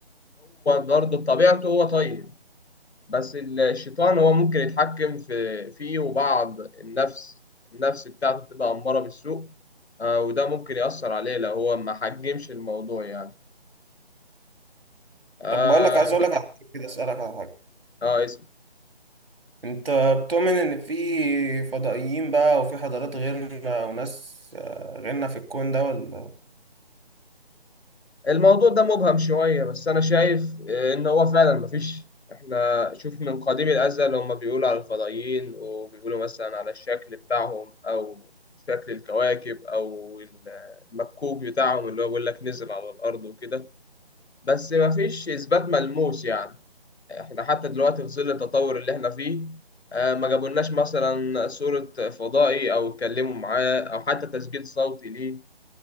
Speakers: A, on the left; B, on the right.
A: برضه بطبيعته هو طيب بس الشيطان هو ممكن يتحكم في فيه وبعض النفس النفس بتاعته بتبقى أمارة بالسوء آه، وده ممكن يأثر عليه لو هو ما حجمش الموضوع يعني اه
B: طب بقول لك عايز أقول لك على حاجة كده أسألك على حاجة
A: آه،
B: انت بتؤمن ان في فضائيين بقى وفي حضارات غيرنا وناس آه، غيرنا في الكون ده ولا
A: الموضوع ده مبهم شوية بس أنا شايف آه، إن هو فعلا مفيش إحنا شوف من قديم الأزل هما بيقولوا على الفضائيين وبيقولوا مثلا على الشكل بتاعهم أو شكل الكواكب أو المكوك بتاعهم اللي هو بيقول لك نزل على الأرض وكده بس مفيش إثبات ملموس يعني إحنا حتى دلوقتي في ظل التطور اللي إحنا فيه آه، ما جابولناش مثلا صورة فضائي أو اتكلموا معاه أو حتى تسجيل صوتي ليه